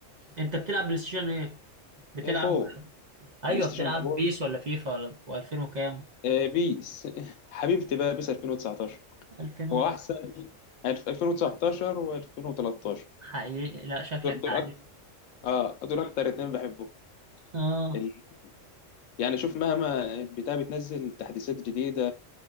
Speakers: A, on the right; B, on the left.
A: انت بتلعب بلاي ستيشن ايه؟ بتلعب
B: آه، 4
A: ايوه
B: بلاي ستيشن
A: بتلعب
B: 4
A: بيس ولا فيفا ولا و2000 وكام
B: آه، بيس <laughs> حبيبتي بقى بيس 2019
A: 2000 وط-
B: هو احسن 2019 و2013
A: حقيقي لا شكلك
B: دول دول
A: لعيب
B: اكتر اه دول اكتر اتنين بحبهم
A: اه
B: ال- يعني شوف مهما البتاع بتنزل تحديثات جديده